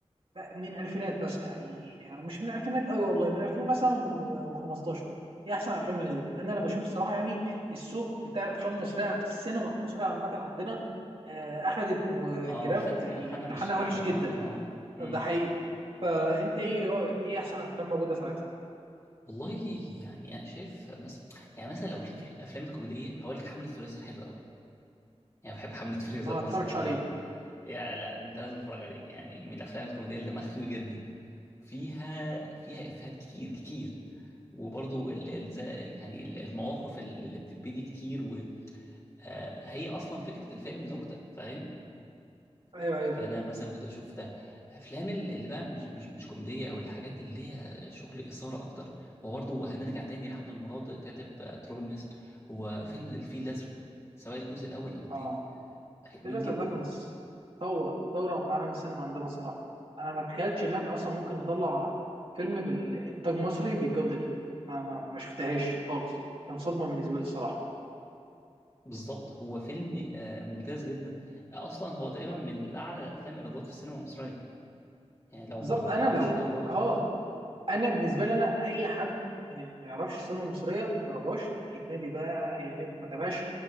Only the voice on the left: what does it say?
اه
خدت
منحنى
مش حلو
قوي اه امم
والله يعني انا شايف مثلا يعني مثلا لو الافلام الأفلام الكوميديه هقول لك حمله فريزر حلوه قوي يعني بحب حملة فريزر
مثلا
لا
يا لا انت لازم تتفرج عليه يعني من الافلام الكوميديه اللي دمها خفيف جدا فيها فيها افيهات كتير كتير وبرضو ال... ال... زي- يعني ال- المواقف ال- اللي بتبني كتير و... آه، هي اصلا فكره الفيلم نكته فاهم
فانا مثلا كنت اشوف ده افلام ال- اللي بقى مش مش مش كوميديه او الحاجات اللي ليها شغل اثاره اكتر هو برضو هنرجع تاني لاحمد مراد كاتب آه، تراب الماس هو فيلم الفيل الازرق سواء الجزء الاول او التاني
حلوين
جدا
بالظبط هو فيلم آه، ممتاز جدا آه، اصلا هو تقريبا من اعلى الافلام ايرادات في السينما المصريه يعني لو
ما ما
تعرفش
فهو من